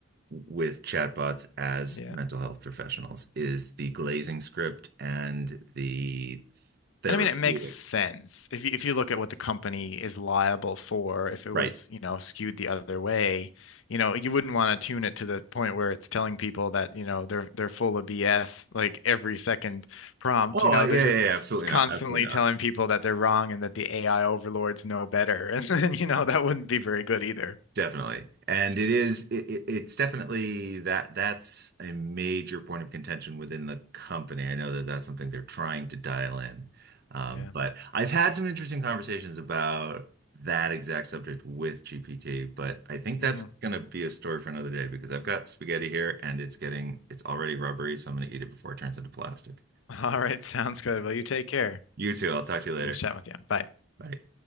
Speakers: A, on the right (about 45°); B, on the left (about 65°).
A: with chatbots as
B: Yeah.
A: mental health professionals is the glazing script and the therapeutic.
B: And I mean, it makes sense if you if you look at what the company is liable for. If it
A: Right.
B: was, you know, skewed the other way, you know, you wouldn't want to tune it to the point where it's telling people that, you know, they're they're full of BS like every second prompt.
A: Oh,
B: You know,
A: uh, yeah,
B: they're just
A: yeah, yeah, absolutely
B: it's constantly
A: not. Absolutely
B: telling
A: not.
B: people that they're wrong and that the AI overlords know better. <laughs> And then, you know, that wouldn't be very good either.
A: Definitely. And it is it, it- it's definitely that that's a major point of contention within the company. I know that that's something they're trying to dial in. Um,
B: Yeah.
A: but I've had some interesting conversations about that exact subject with GPT, but I think
B: Mm.
A: that's going to be a story for another day because I've got spaghetti here and it's getting it's already rubbery, so I'm going to eat it before it turns into plastic.
B: <laughs> All right, sounds good. Well, you take care.
A: You too. I'll talk to you later.
B: Nice chatting with you. Bye.
A: Bye.